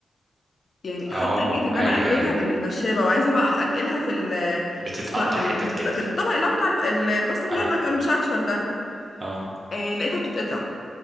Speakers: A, on the left (about 55°); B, on the right (about 30°).
A: يعني حتى
B: اه
A: جيت ان
B: ايوه
A: انا افردها
B: ايوه
A: بالنشابة وعايزة بقى أح- انقلها في ال
B: بتتقطع
A: في الص- في
B: حتت
A: ال- في
B: كده
A: ال- في الطبق اللي هو بتاع الب- ال- الباستا فلور
B: ايوه
A: اللي هو بيبقى المشرشر ده
B: اه
A: آه لقيتها بتتقطع